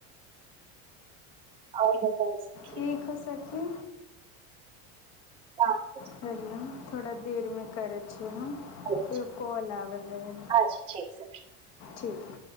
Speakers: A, on the right; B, on the left.
A: और बताहो सखी
B: ठीक सखी
A: ह
B: हेलो थोड़ा देरमे करै छी हम
A: बताउ
B: एगो कॉल आगेल रहै
A: आज ठीक से
B: ठीक